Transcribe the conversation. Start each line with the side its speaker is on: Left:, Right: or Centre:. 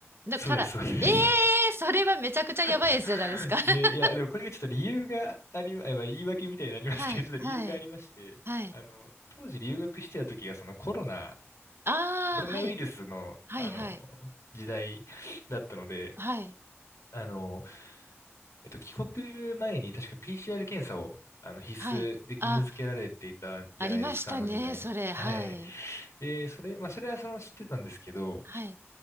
Right: だから、
Left: そうです、そうです。
Right: ええそれはめちゃくちゃやばいやつじゃないですか。
Left: <laughs>
Right: <laughs>
Left: で、いや、でもこれがちょっと理由があり、あまあ、言い訳みたいになりますけど、
Right: はい、
Left: ちょっと理由がありまして、
Right: はい、はい。
Left: あの、当時留学してた時がそのコロナ、
Right: ああ、
Left: コロナウイルスの、
Right: はい。はいはい。
Left: あの、時代だったので、
Right: はい。
Left: あの、えっと、帰国前に確か PCR 検査を、あの、必須で義務付けられていたじゃないですか、
Right: はい。あ、ありましたね、
Left: あの時代は。
Right: それ。はい。
Left: はい。で、それ、まあ、それはその知ってたんですけど、
Right: はい。